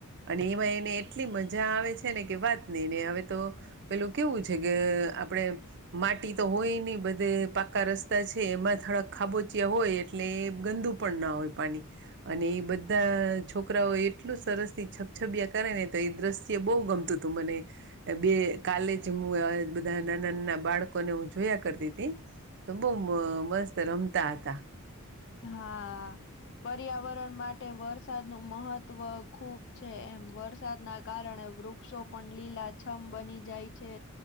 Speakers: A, on the right; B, on the left.
A: અને એમાં એને એટલી મજા આવે છે ને કે વાત નહીને હવે તો પેલું કેવું છે કે આપણેે માટી તો હોય નહી બધે પાકા રસ્તા છે એમાં થોડાક ખાબોચિયા હોય એટલે એ ગંદુ પણ ના હોય પાણી અને એ બધા છોકરાઓ એટલું સરસ થી છપછબિયા કરે ને તો એ દ્રશ્ય બહુ ગમતું હતું મને બે કાલે જ હ બધા નાના નાના બાળક ને હું જોયા કરતી હતી તો બહુ મસ્ત રમતા હતા.
B: હા પર્યાવરણ માટે વરસાદ નું મહત્વ ખુબ છે એ વરસાદના કારણે વૃક્ષો પણ લીલાછમ બની જાય છે.